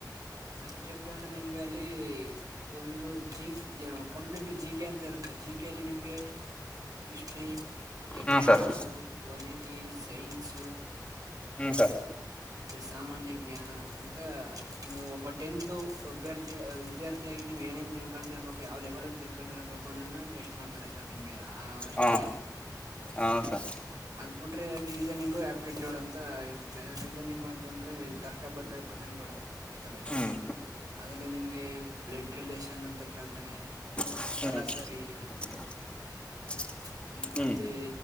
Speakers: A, on the right; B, on the left.
A: ಸಬ್ಜೆಕ್ಟ್ ಅಂದ್ರೆ ನಿಮ್ಗೆ ಅಲ್ಲಿ ಒಂದು ಜ‌ಕೆ ಕಂಪ್ಲೀಟ್ ಜಿ ಕೆ ಅಂತ ಇರುತ್ತೆ ಜಿ ಕೆಲ್ಲಿ ನಿಮ್ಗೆ ಹಿಸ್ಟ್ರಿ ಎಕನಾಮಿಕ್ಸ್
B: ಹಾ ಸರ್
A: ಪೊಲಿಟಿಸ್ ಸೈನ್ಸು
B: ಹ್ಮ್ ಸರ್
A: ಮತ್ತೆ ಸಾಮಾನ್ಯ ಜ್ಞಾನ ಅಂತ ನೀವು ಒಬ್ಬ ಟೆಂತ್ ಅಭ್ಯಥಿ ವಿದ್ಯಾರ್ಥಿಯಾಗಿ ನೀವು ಏನೇನ್ ತಿಳ್ಕೊಂಡಿರ್ಬೇಕು ಯಾವ ಲೆವೆಲ್ ಗ್ ತಿಳ್ಕೊಂಡಿರ್ಬೇಕು ಕನನ್ನ ಟೆಸ್ಟ್ ಮಾಡ್ತಾರೆ ಸರ್ ನಿಮ್ಗೆ ಆ ಸ್ಟೆಪ್
B: ಹಾ
A: ಅಲ್ಲಿ
B: ಹಾ ಸರ್
A: ಅದ್ ಬಿಟ್ರೆ ರೀಸನಿಂಗು ಆಪ್ಟಿಟ್ಯೂಡ್ ಅಂತ ಇರುತ್ತೆ ರೀಸನಿಂಗ್ ಅಂತಂದ್ರೆ ತರ್ಕ ಬದ್ಧ ಕ್ವಶನ್ಗಳು ಇರ್ತವೆ
B: ಹ್ಮ್
A: ಅಲ್ಲಿ ನಿಮ್ಗೆ ಬ್ಲಡ್ ರಿಲೇಷನ್ ಅಂತ ಕೇಳ್ತಾನೆ
B: ಹ್ಮ್
A: ಸರಾಸರಿ
B: <unintelligible>
A: ಹ್ಮ ಮತ್ತೆ
B: ಹ್ಮ್